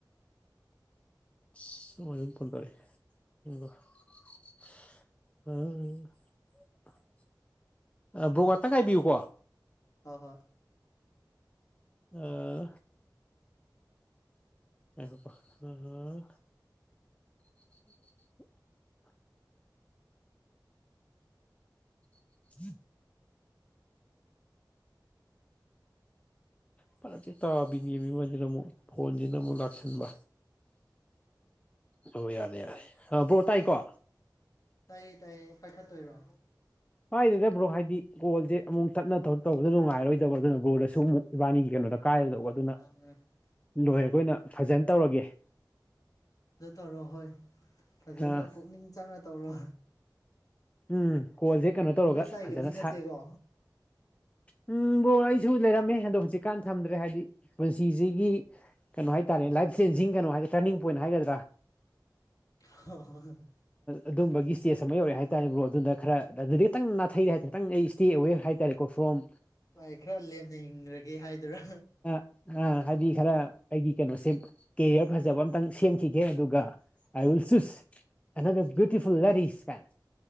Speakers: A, on the left; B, on the left.
A: ꯏꯁ ꯑꯃꯁꯤꯃꯨꯛ ꯐꯣꯟ ꯄꯥꯏꯔꯛꯑꯦ <unintelligible> <unintelligible> ꯕ꯭ꯔꯣ ꯉꯇꯪ ꯉꯥꯏꯕꯤꯌꯨꯀꯣ
B: ꯍꯣ ꯍꯣꯏ
A: ꯑꯥ ꯉꯥꯏꯈꯣꯀꯣ ꯑꯍꯥ <unintelligible> <unintelligible> ꯐꯔꯛꯁꯦ ꯇꯥꯕꯤꯅꯦꯃꯤ ꯑꯃꯁꯤꯅ ꯑꯃꯨꯛ ꯐꯣꯟꯁꯤꯅ ꯑꯃꯨꯛ ꯂꯥꯛꯁꯤꯟꯕ ꯑꯣ ꯌꯥꯗ ꯌꯥꯏ ꯑꯥ ꯕ꯭ꯔꯣ ꯇꯥꯏꯀꯣ
B: ꯇꯥꯏꯌꯦ ꯇꯥꯏꯌꯦ ꯄꯥꯏꯈꯠꯇꯣꯏꯔꯣ
A: ꯄꯥꯏꯗꯦꯗ ꯕ꯭ꯔꯣ ꯍꯥꯏꯗꯤ ꯀꯣꯜꯁꯦ ꯑꯃꯨꯛ ꯇꯠꯅ ꯇꯧ ꯇꯧꯕꯗꯣ ꯅꯨꯡꯉꯥꯏꯔꯔꯣꯏꯗꯕ ꯑꯗꯨꯅ ꯕ꯭ꯔꯣꯗꯁꯨ ꯑꯃꯨꯛ ꯏꯕꯥꯅꯤꯒꯤ ꯀꯩꯅꯣꯗ ꯀꯥꯏꯔꯗꯧꯕ
B: ꯃꯥꯅꯤ ꯃꯥꯅꯤ
A: ꯑꯗꯨꯅ
B: ꯃꯥꯅꯤ ꯑꯗꯨ
A: ꯂꯣꯏꯔꯒ ꯑꯣꯏꯅ ꯐꯖꯅ ꯇꯧꯔꯒꯦ
B: ꯑꯗꯨ ꯇꯧꯔꯣ ꯍꯣꯏ ꯐꯖꯅ
A: ꯑꯥ
B: ꯄꯨꯛꯅꯤꯡ ꯆꯪꯅ ꯇꯧꯔꯣ
A: ꯎꯝ ꯀꯣꯜꯁꯦ ꯀꯩꯅꯣ ꯇꯧꯔꯒ
B: ꯅꯣꯏ ꯁꯥꯏꯒꯗꯤ
A: ꯐꯖꯅ
B: ꯅꯠꯇꯦꯀꯣ
A: ꯁꯥꯠ ꯎꯝ ꯕꯣ ꯑꯩꯁꯨ ꯂꯩꯔꯝꯃꯦ ꯑꯗꯣ ꯍꯧꯖꯤꯛꯀꯥꯟ ꯊꯝꯗ꯭ꯔꯦ ꯍꯥꯏꯗꯤ ꯄꯨꯟꯁꯤꯁꯤꯒꯤ ꯀꯩꯅꯣ ꯍꯥꯏꯇꯥꯔꯦ ꯂꯥꯏꯞ ꯆꯦꯟꯖꯤꯡ ꯀꯩꯅꯣ ꯍꯥꯏ ꯇꯔꯅꯤꯡ ꯄꯣꯏꯟ ꯍꯥꯏꯒꯗ꯭ꯔꯥ
B: <unintelligible>
A: ꯑꯗꯨꯝꯕꯒꯤ ꯏꯁꯇꯦꯖ ꯑꯃ ꯌꯧꯔꯛꯑꯦ ꯍꯥꯏꯇꯥꯔꯦ ꯕ꯭ꯔꯣ ꯑꯗꯨꯅ ꯈꯔ ꯑꯗꯨꯗꯩ ꯈꯤꯛꯇꯪ ꯅꯥꯊꯩꯔꯦ ꯍꯥꯏꯇꯥꯏ ꯈꯤꯇꯪ ꯑꯩ ꯏꯁꯇꯦ ꯑꯋꯦ ꯍꯥꯏꯇꯥꯔꯦ ꯀꯐ꯭ꯔꯣꯝ
B: ꯥ <unintelligible> ꯈꯔ ꯂꯦꯝꯅ ꯍꯤꯡꯈ꯭ꯔꯒꯦ ꯍꯥꯏꯗꯣꯏꯔꯥ
A: ꯑ ꯑ ꯍꯥꯏꯗꯤ ꯈꯔ ꯑꯩꯒꯤ ꯀꯩꯅꯣꯁꯦ ꯀꯦꯔꯤꯌꯔ ꯐꯖꯕ ꯑꯝꯇꯪ ꯁꯦꯝꯈꯤꯒꯦ ꯑꯗꯨꯒ <unintelligible>